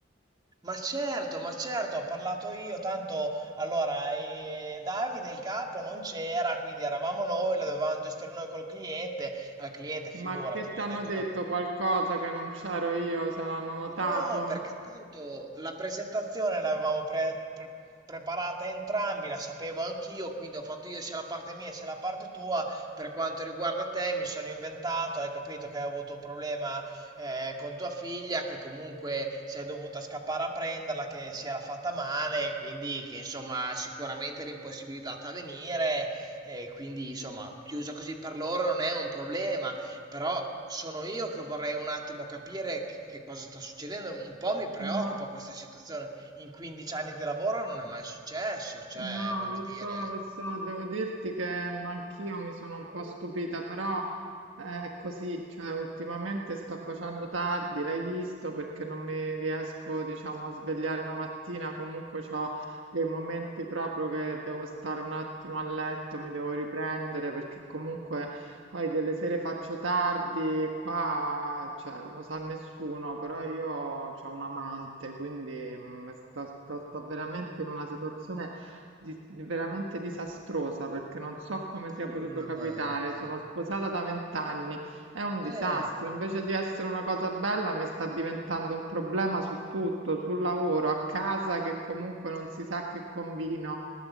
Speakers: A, on the right; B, on the right.
A: Ma certo, ma certo, ho parlato io, tanto allora eh, Davide il capo non c'era, quindi eravamo noi, la dovevamo gestire noi col cliente, al cliente figurati,
B: Ma che
A: gli
B: ti hanno
A: ho detto
B: detto
A: che
B: qualcosa che non c'ero io? Se l'hanno notato?
A: No, perché tanto la presentazione l'avevamo pre- pre- preparata entrambi, la sapevo anch'io, quindi ho fatto io sia la parte mia sia la parte tua. Per quanto riguarda te, mi sono inventato, hai capito che hai avuto un problema eh, con tua figlia, che comunque sei dovuta scappare a prenderla, che si era fatta male, quindi che insomma sicuramente era impossibilitata a venire, e quindi insomma chiusa così per loro non è un problema. Però sono io che vorrei un attimo capire che, che cosa sta succedendo. Un po' mi preoccupa
B: No.
A: questa situazione. In 15 anni di lavoro non è mai successo, cioè,
B: No,
A: voglio
B: lo
A: dire,
B: so, lo so, devo dirti che mm, anch'io mi sono un po' stupita, però eh, è così, cioè ultimamente sto facendo tardi, l'hai visto, perché non mi riesco, diciamo, a svegliare la mattina, comunque ho dei momenti proprio che devo stare un attimo a letto, mi devo riprendere, perché comunque poi delle sere faccio tardi, qua, cioè, non lo sa nessuno, però io ho un amante, quindi mm, sto, sto sto veramente in una situazione di- veramente disastrosa perché non so come
A: ma come
B: sia potuto
A: un amante?
B: capitare. Sono sposata da vent'anni, è un
A: Eh,
B: disastro. Invece di essere una cosa bella, mi sta diventando un problema su tutto, sul lavoro, a casa, che comunque non si sa che combino.